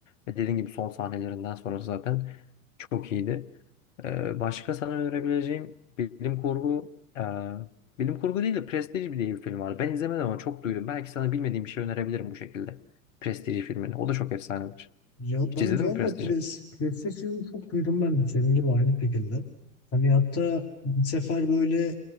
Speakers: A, on the left (about 60°); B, on the left (about 35°).
A: Ve dediğim gibi son sahnelerinden sonrası zaten çok iyiydi. Ee, başka sana önerebileceğim bilim kurgu e, bilim kurgu değil de Prestige diye bir film var. Ben izlemedim ama çok duydum. Belki sana bilmediğim bir şey önerebilirim bu şekilde. Prestige filmini. O da çok efsanedir.
B: Ya
A: Hiç
B: ben
A: izledin
B: galiba
A: mi Prestige'i?
B: pres, PlayStation'ı çok duydum ben de senin gibi aynı şekilde. Hani hatta bir sefer böyle